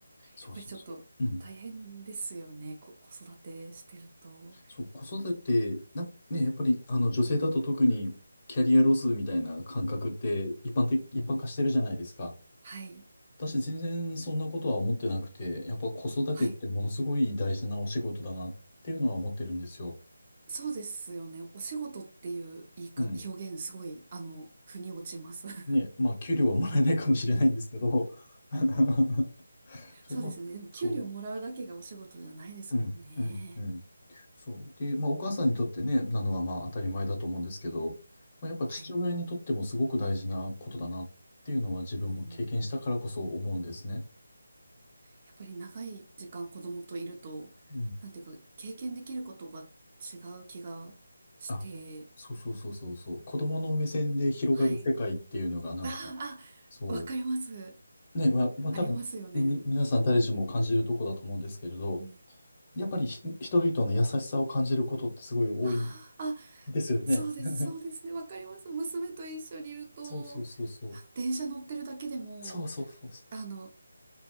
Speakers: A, on the left (about 30°); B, on the right (about 30°).
A: そうそうそう。
B: やっぱりちょっと大変ですよね。
A: うん。
B: こ、子育てしてると。
A: そう、子育て、な、ね、やっぱり、あの、女性だと特にキャリアロスみたいな感覚って一般的、一般化してるじゃないですか。
B: はい。
A: 私、全然そんなことは思ってなくて、やっぱ子育てってものすごい大事なお仕事だなっていうのは思ってるんですよ。
B: はい。そうですよね。お仕事っていう言い方、
A: うん。
B: 表現すごい、あの、腑に落ちます。<laughs>
A: ね、まあ、給料はもらえないかもしれないんですけど、<laughs> そう、
B: そうですね。
A: まあ、
B: でも、給料もらうだけがお仕事じゃないですもんね。
A: そううん、うん、うん。そう。で、まあ、お母さんにとってね、なのはまあ当たり前だと思うんですけど、まあ、やっぱ父親にとってもすごく大事なことだなっていうのは自分も経験したからこそ思うんですね。
B: はい。うーん。やっぱり長い時間子供といると、
A: うん。
B: なんていうか、経験できることが違う気がして、
A: あ、そうそうそうそうそう。子供の目線で広がる世界っていうのがなんか、
B: はい。あ
A: そ
B: あ、わかります。
A: う。ね、まあ、まあ、
B: ありますよね。
A: 多分、ねみ、皆さん誰しも感じるとこだと思うんですけれど、
B: うん。
A: やっぱりひ人々の優しさを感じることってすごい多いん
B: ああ、あ
A: ですよね。
B: そうです、
A: <laughs>
B: そうですね。わかります。娘と一緒にいると、
A: そうそうそうそう。
B: あ電車乗ってるだけでも、
A: そうそうそうそう。
B: あの、